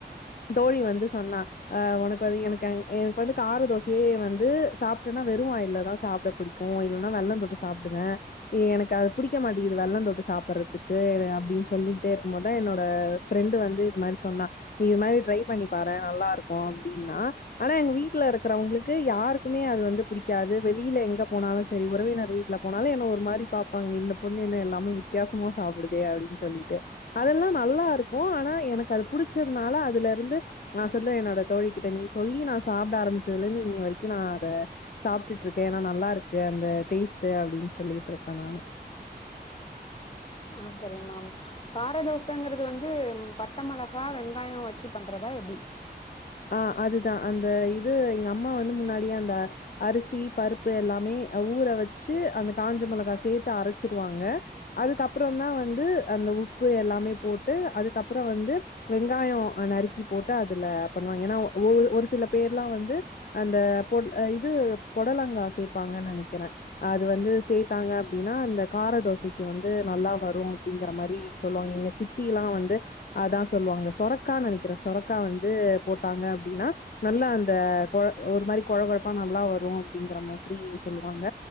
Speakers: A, on the left; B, on the left.
A: தோழி வந்து சொன்னா அ உனக்கு வந் எனக்கங் எனக்கு வந்து கார தோசையே வந்து சாப்ட்டெனா வெறு வாயில தா சாப்ட புடிக்கு கு இல்லனா வெள்ளந்தொட்டு சாப்டுவே எனக்கு அது புடிக்க மாட்டுது வெள்ளந் தொட்டு சாப்டுறதுக்கு அப்டின்னு சொல்லிக்கிட்டே இருக்கும் போதா என்னோட பிரண்ட் வந்து இது மாரி சொன்னா நீ இது மாரி ட்ரை பண்ணி பாரே நல்லா இருக் கு அப்டினா ஆனா எங்க வீட்ல இருக்றவங்ளுக்கு யாருக்குமே அது வந்து புடிக்காது வெளியில எங்க போன லு செரி உறவினர் வீட்ல போனாலு என்ன ஒரு மாரி பாப்பாங்க இந்த பொண்ணு என்ன எல்லாமே வித்யாசம சாப்டுதே அப்டின்னு சொல் சொல்லிட்டு அதெல்லா நல்லா இருக்கு ஆனா எனக்கு அது புடுச்சதுனால அதுல இருந்து நா சொன்னே என்னோட தோழிக்கிட்ட நீ சொல்லி நா சாப்ட ஆரம்பச்சதுலருந்து இன்னைய வரைக்கு நா அத சாப்டுடிற்கே ஏனா நல்லா இருக்கு அந்த டேஸ்டு அப்டின்னு சொல்லிட்டு இருப்பே நானு
B: ஆஹ் சரிங்க மேம் காரதோசைங்கறது வந்து பட்ட மிளகா வெங்காயம் வச்சு பண்றதா <unintelligible> எப்டி
A: ஆஹ் அதுதா அந்த இது எங்க அம்மா வந்து முன்னாடியே அந்த அரிசி பருப்பு எல்லாமே ஊற வச்சு அந்த காஞ்ச மிளகா சேத்து அரச்சிருவாங்க அதுக்கப்றோ தா வந்து அந்த உப்பு எல்லாமே போட்டு அதுக்கப்றோ வந்து வெங்காயோ நறுக்கி போட்டு அதுல பண்ணுவாங்க ஏன்னா ஒரு ஒரு சில பேர்லா வந்து அந்த பொட் இது பொடலங்க சேப்பாங்க நெனைக்கிறே அது வந்து சேத்தாங்க அப்டின்னா அந்த கார தோசைக்கு வந்து நல்லா வரு அப்டிங்கிற மாரி சொல்லுவாங்க எங்க சித்திலா வந்து அதா சொல்லுவாங்க சொரக்கானு நெனைக்கிறே சொரக்கா வந்து போட்டாங்க அப்டினா நல்லா அந்த கொழ ஒரு மாரி கொழ கொழப்பா நல்லா வரும அப்டிங்கற மாதிரி சொ ல்லுவாங்க